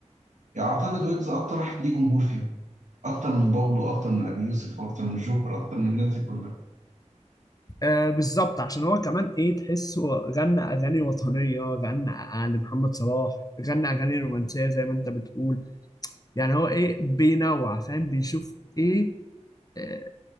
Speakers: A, on the right (about 80°); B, on the left (about 30°).
A: يعني أعتقد ويجز أكتر واحد ليه جمهور فيهم أكتر من بابلو أكتر من أبي يوسف أكتر من جوكر أكتر من الناس دي كلها
B: آه بالظبط عشان هو كمان ايه تحسه غنى اغاني وطنيه غنى أ- لمحمد صلاح غنى اغاني رومانسيه زي ما انت بتقول يعني هو ايه بينوع فاهم بيشوف ايه آه،